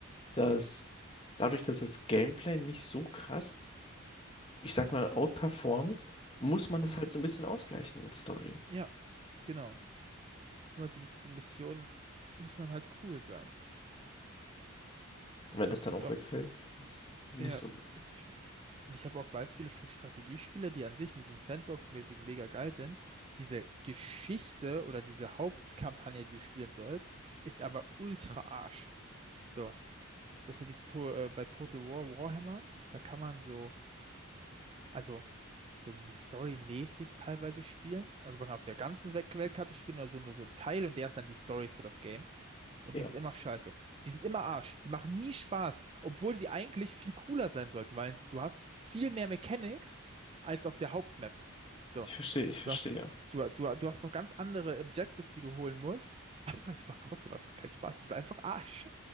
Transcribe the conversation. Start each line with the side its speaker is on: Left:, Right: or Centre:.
Left: dass dadurch, dass das Gameplay nicht so krass, ich sag mal, outperformt, muss man es
Right: mhm.
Left: halt so ein bisschen ausgleichen mit Story.
Right: ja, genau. Nur die, die Missionen müssen dann halt cool sein.
Left: Und wenn
Right: Also
Left: das dann
Right: es gibt
Left: auch
Right: auch,
Left: wegfällt, ist nicht
Right: ja,
Left: so gut.
Right: es Und ich habe auch Beispiele für Strategiespiele, die an sich in diesem Sandbox-mäßigen mega geil sind. Diese Geschichte oder diese Hauptkampagne, die du spielen sollst, ist aber ultra Arsch. So, das sind die to äh, bei Total War Warhammer, da kann man so, also so storymäßig teilweise spielen. Also man kann auf der ganzen Welt Weltkarte spielen oder so nur so ein Teil und der ist dann die Story für das Game. Und
Left: Ja.
Right: die sind immer scheiße. Die sind immer Arsch. Die machen nie Spaß, obwohl die eigentlich viel cooler sein sollten, weil du hast viel mehr Mechanics als auf der Hauptmap. So,
Left: Ich verstehe, ich verstehe.
Right: du hast, du, du, du hast noch ganz andere Objectives, die du holen musst, <laughs> aber es macht trotzdem einfach keinen Spaß. Es ist einfach Arsch.